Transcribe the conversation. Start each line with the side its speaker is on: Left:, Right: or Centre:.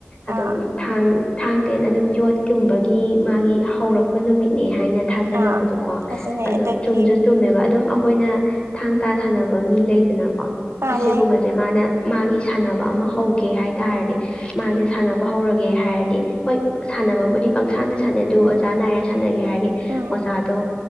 Left: ꯑꯗꯨꯝ
Right: ꯑꯥ
Left: ꯊꯥꯡ ꯊꯥꯡ ꯇꯦꯟ ꯑꯗꯨꯝ ꯌꯣꯠꯀꯨꯝꯕꯒꯤ ꯃꯥꯒꯤ ꯍꯧꯔꯛꯄ ꯅꯨꯃꯤꯠꯅꯦ ꯍꯥꯏꯅ ꯊꯥꯖꯅꯕꯗꯣꯀꯣ
Right: ꯑꯥ ꯊꯥꯖꯅꯩ
Left: ꯑꯗꯣ
Right: ꯑꯗꯒꯤ
Left: ꯆꯨꯝꯖꯨ ꯆꯨꯝꯃꯦꯕ ꯑꯗꯨꯝ ꯈꯣꯏꯅ ꯊꯥꯡ ꯇꯥ ꯁꯥꯟꯅꯕ ꯃꯤ ꯂꯩꯗꯅꯀꯣ ꯑꯁꯤꯒꯨꯝꯕ
Right: ꯑꯥ ꯂꯩ
Left: ꯖꯦ ꯃꯥꯅ ꯃꯥꯒꯤ ꯁꯥꯟꯅꯕ ꯑꯃ ꯍꯧꯒꯦ ꯍꯥꯏꯇꯥꯔꯗꯤ ꯃꯥꯖꯦ ꯁꯥꯟꯅꯕ ꯍꯧꯔꯒꯦ ꯍꯥꯏꯔꯗꯤ ꯍꯣꯏ ꯁꯥꯟꯅꯕꯕꯨꯗꯤ ꯄꯪꯁꯥꯟꯗ ꯁꯥꯟꯅꯩ ꯑꯗꯨ ꯑꯣꯖꯥ ꯅꯥꯏꯔ ꯁꯥꯟꯅꯒꯦ ꯍꯥꯏꯔꯗꯤ ꯗꯤ
Right: ꯎꯝ
Left: ꯑꯣꯖꯥꯗꯣ